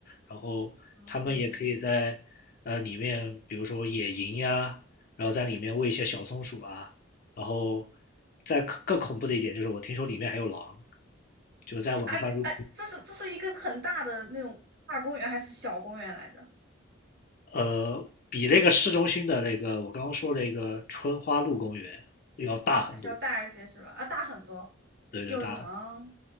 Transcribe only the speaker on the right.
哦
啊啊，这是这是一个很大的那种大公园还是小公园来着？
还是要大一些是吧？啊，大很多，
有狼